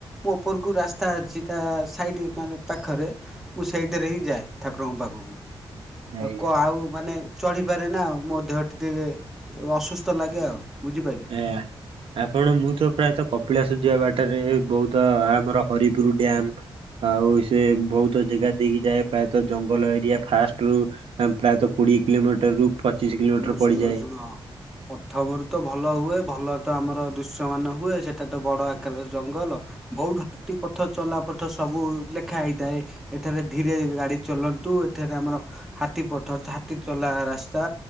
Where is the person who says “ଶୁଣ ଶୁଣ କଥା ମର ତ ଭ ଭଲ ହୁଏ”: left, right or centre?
Centre